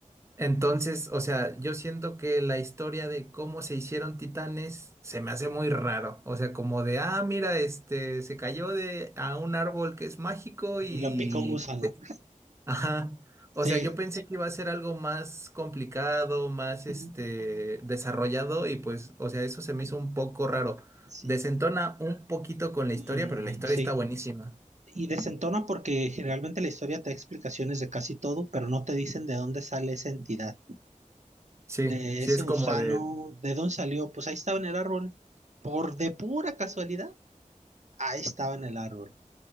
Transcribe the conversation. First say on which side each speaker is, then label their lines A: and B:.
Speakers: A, on the right (about 20°); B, on the right (about 60°).
A: Entonces, o sea, yo siento que la historia de cómo se hicieron titanes se me hace muy raro. O sea, como de, ah, mira, este se cayó de a un árbol que es mágico y
B: Y lo pica un gusano.
A: Ajá. O
B: Sí.
A: sea, yo pensé que iba a ser algo más complicado, más este
B: mm,
A: desarrollado y pues, o sea, eso se me hizo un poco raro.
B: Sí.
A: Desentona un poquito con la
B: mm,
A: historia, pero la historia
B: sí.
A: está buenísima.
B: Y desentona porque generalmente la historia te da explicaciones de casi todo, pero no te dicen de dónde sale esa entidad.
A: Sí,
B: De
A: sí
B: ese
A: es
B: gusano,
A: como de...
B: ¿de dónde salió? Pues ahí estaba en el árbol. Por de pura casualidad, ahí estaba en el árbol.